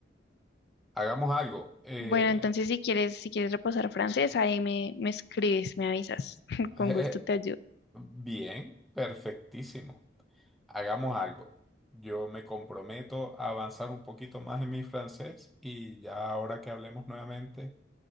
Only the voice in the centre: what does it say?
Hagamos algo. eh,
<laughs>
eh,
bien, perfectísimo. Hagamos algo. Yo me comprometo a avanzar un poquito más en mi francés y ya ahora que hablemos nuevamente.